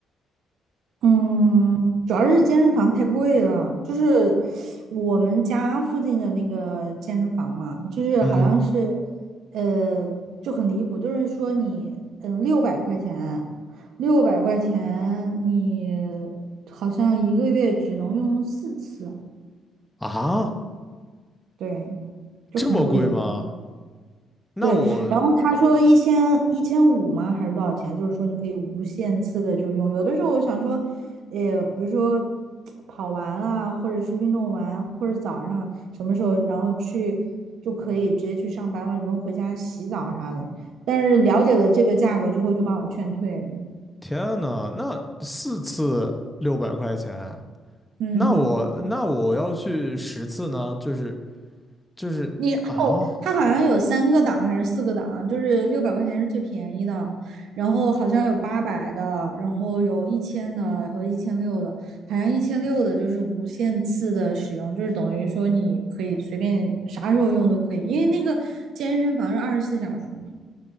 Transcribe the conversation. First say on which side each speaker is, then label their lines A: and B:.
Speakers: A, on the right; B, in the centre.
A: 嗯，主要是健身房太贵了，就是我们家附近的那个健身房嘛，就是好像是，
B: 嗯，
A: 呃，就很离谱，就是说你，嗯，六百块钱，六百块钱，你好像一个月只能用四次，
B: 啊，
A: 对，就很贵。
B: 这么贵吗？那我
A: 对，然后他嗯说一千一千五吗？还是多少钱？就是说你可以无限次的就用。有的时候我想说，呃，比如说 <tsk> 跑完啊，或者是运动完，或者早上什么时候，然后去就可以直接去上班了，也不用回家洗澡啥的。但是了解了这个价格之后，就把我劝退了。
B: 天呐，那四次六百块钱，
A: 嗯。
B: 那我那我要去十次呢，就是就是啊
A: 你哦，它好像有三个档还是四个档，就是六百块钱是最便宜的，然后好像有八百的，然后有一千的和一千六的，好像一千六的就是无限次的使用，就是等于说你可以随便啥时候用都可以，因为那个健身房是二十四小时嘛。